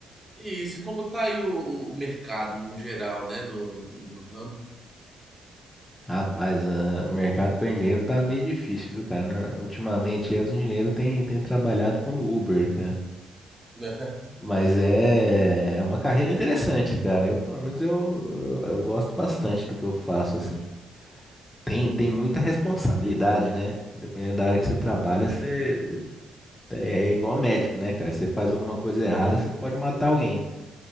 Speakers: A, on the right; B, on the left.
A: E isso, e como tá aí o, o mercado no geral, né? No, no, no ramo.
B: Rapaz, ah, o mercado para engenheiro tá meio difícil, viu, cara? Na- Ultimamente aí, os engenheiros têm têm trabalhado como Uber, cara.
A: <laughs>
B: Mas é, é uma carreira interessante, cara. Eu, pelo menos eu, eu gosto bastante do que eu faço, assim. Tem, tem muita responsabilidade, né? Dependendo da área que você trabalha, você É igual médico, né, cara? Você faz alguma coisa errada, você pode matar alguém.